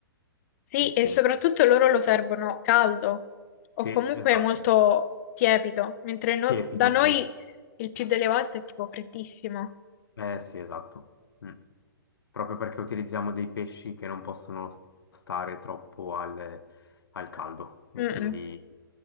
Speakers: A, on the left (about 45°); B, on the left (about 75°).
A: Sì,
B: e
A: e
B: quindi
A: soprattutto loro lo servono caldo
B: sì,
A: o comunque
B: esatto,
A: molto tiepido, mentre no-
B: tiepido,
A: da noi
B: sì.
A: il più delle volte è tipo freddissimo.
B: Eh sì, esatto. Mm. Proprio perché utilizziamo dei pesci che non possono stare troppo al, al caldo e
A: Mm-mm.
B: quindi